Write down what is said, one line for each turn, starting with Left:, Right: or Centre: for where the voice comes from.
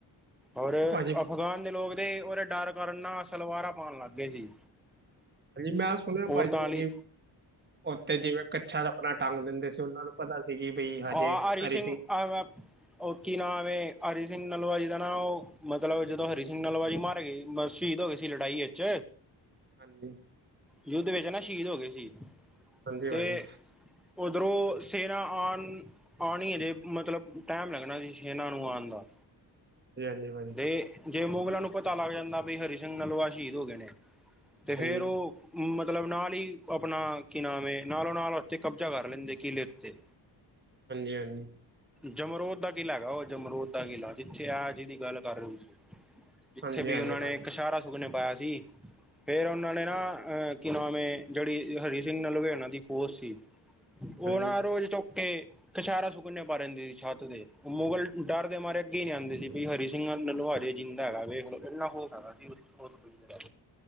Centre: ਔਰ
Right: ਭਾਜੀ
Centre: ਪਠਾਨ ਦੇ ਲੋਕ ਦੇ ਉਹਦੇ ਡਰ ਕਾਰਨ ਨਾ ਸਲਵਾਰਾਂ ਪਾਂਣ ਲੱਗ ਗਏ ਸੀ।
Right: ਹਾਂਜੀ, ਮੈਂ ਸੁਣਿਆ ਭਾਜੀ।
Centre: ਔਰਤਾਂ ਲਈ
Right: ਉੱਥੇ ਜਿਵੇਂ ਕੱਛਾ ਆਪਣਾ ਟੰਗ ਦਿੰਦੇ ਸੀ। ਉਹਨਾਂ ਨੂੰ ਪਤਾ ਸੀ। ਬਈ ਹਜੇ
Centre: ਹਾਂ
Right: ਹਰੀ
Centre: <unintelligible> ਉਹ ਕੀ ਨਾਮਂ ਹਰੀ ਸਿੰਘ ਨਲੂਆ ਜੀ ਦਾ ਨਾ ਉਹ ਮਤਲਬ ਜਦੋਂ ਹਰੀ ਸਿੰਘ ਨਲੂਆ ਜੀ ਮਾਰੇ ਗਏ ਸ਼ਹੀਦ ਹੋ ਗਏ ਸੀ। ਲੜਾਈ ਵਿੱਚ।
Right: ਹਾਂਜੀ।
Centre: ਯੁੱਧ ਵਿੱਚ ਨਾ ਸ਼ਹੀਦ ਹੋ ਗਏ ਸੀ
Right: ਹਾਂਜੀ
Centre: ਤੇ।
Right: ਭਾਜੀ
Centre: ਉੱਧਰੋਂ ਸੈਨਾ ਆਣ ਆ ਹੈ ਦੇ ਮਤਲਬ। ਟਾਈਮ ਲੱਗਣਾ ਸੀ ਸੇਨਾ ਨੂੰ ਆਂਣ ਦਾ।
Right: <inaudible>
Centre: ਤੇ ਜੇ ਮੁਗਲਾਂ ਨੂੰ ਪਤਾ ਲੱਗ ਜਾਂਦਾ, ਵੀ ਹਰੀ ਸਿੰਘ ਨਲੂਆ ਸ਼ਹੀਦ ਹੋਗੇ ਨੇ, ਤੇ ਫੇਰ
Right: ਹਾਂਜੀ
Centre: ਓ ਮਤਲਬ ਨਾਲ ਈ ਅਪਨਾ ਕੀ ਨਾਮ ਏ, ਨਾਲੋ-ਨਾਲ ਓਥੇ ਕਬਜ਼ਾ ਕਰ ਲੈਂਦੇ ਕਿਲ੍ਹੇ ਉੱਤੇ।
Right: ਹਾਂਜੀ‌-ਹਾਂਜੀ।
Centre: ਜਮਰੋਦ ਦਾ ਕਿਲ੍ਹਾ ਗਾ ਓ, ਜਮਰੋਦ ਦਾ ਕਿਲ੍ਹਾ, ਜਿੱਥੇ ਐ ਜੀਹਦੀ ਗੱਲ ਕਰ ਰਏ ਓ ਤੁਸੀ ਜਿੱਥੇ
Right: ਹਾਂਜੀ
Centre: ਵੀ
Right: ਹਾਂਜੀ
Centre: ਓਨਾਂ ਨੇ
Right: ਭਾਜੀ
Centre: ਕਸ਼ੈਰਾ ਸੁਕਨੇ ਪਾਯਾ ਸੀ। ਫੇਰ ਉਹਨਾਂ ਨੇ ਨਾ ਅਹ ਕੀ ਨਾਮ ਏ ਜਿਹੜੀ ਹਰੀ ਸਿੰਘ ਨਲੁਅਏ ਹੋਣਾ ਦੀ ਫੋਜ ਸੀ ਉਹ
Right: ਹਾਂਜੀ
Centre: ਨਾ ਰੋਜ਼ ਚੁੱਕ ਕੇ ਕੈਸ਼ਾਰਾ ਸੁਕਨੇ ਪਾਂਦੀ ਸੀ ਛੱਤ ਤੇ ਮੁੱਗਲ ਡਰ ਦੇ ਮਾਰੇ ਅੱਗੇ ਨੀ ਆਂਦੇ ਸੀ ਵੀ ਹਰੀ ਸਿੰਘ ਨਲੂਆ ਹਜੇ ਜਿੰਂਦਾ ਹੈਗਾ ਵੇਖ ਲੋ ਇੰਨਾ ਖੋਫ ਹੈਗਾ ਸੀ ਉਸ ਦਾ